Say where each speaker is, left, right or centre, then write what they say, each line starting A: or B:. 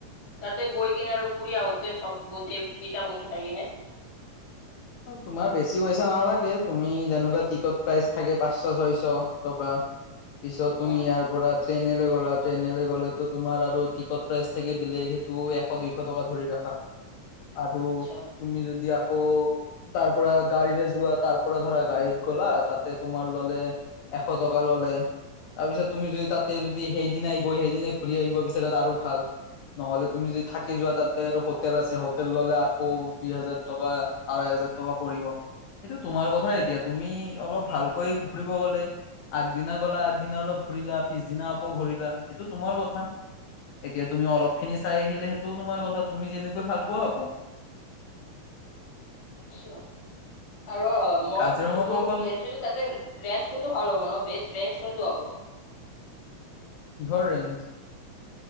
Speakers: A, on the left; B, on the left.
A: তাতে গৈ কিনে আৰু ফুৰি আহোতে চব, গোটেই কেইটা বস্তু চাই কিনে।
B: তোমাৰ বেছি পইচা নালাগে, তুমি যেনেকুৱা টিকট প্ৰাইচ থাকে, পাঁচশ, ছয়শ, টকা। পিছত তুমি
A: উম
B: ইয়াৰ, পৰা ট্ৰেইনেলে গ'লা, ট্ৰেইনেৰে গ'লেতো, তোমাৰ আৰু টিকট প্ৰাইচ থাকে, বেলেগ সেইটো এ দুইশ টকা ধৰি ৰাখা, আৰু
A: আচ্ছা
B: তুমি যদি আকৌ তাৰ পৰা গাড়ীৰে যোৱা, তাৰ পৰা ধৰা গাড়ীত গ'লা তাতে তোমাৰ ল'লে এশ টকা ল'লে। তাৰপিছত তুমি যদি তাতে যদি, সেইদিনাই গৈ সেইদিনাই ঘূৰি আহিব বিচাৰা ত, আৰু ভাল। নহ'লে তুমি যদি থাকি যোৱা তাতে আৰু হোটেল আছে, হোটেল ল'লে আকৌ দুই হাজাৰ টকা আৰহৈ হাজাৰ টকা পৰিব, সেইটো তোমাৰ কথা এতিয়া তুমি অলপ ভাল কৈ ঘূৰিব গ'লে, আগদিনা গ'লা আগদিনা অলপ ঘূৰিলা। পিছদিনা আকৌ ঘূৰিলা, সেইটো তোমাৰ কথা। এতিয়া তুমি অলপ খিনি চাই আহিলে, সেইটোও তোমাৰ কথা তুমি যেনেকৈ ভাল পোৱা আকৌ।
A: আচ্ছা আৰু আহ, মই
B: কাজিৰঙাতো
A: সুধিব
B: অকল
A: বিচাৰিছো যে তাতে ৰেঞ্জ কোনটো ভাল হ'ব, ন, বেষ্ট ৰেঞ্জ কোনটো হ'ব?
B: কিহৰ ৰেঞ্জ?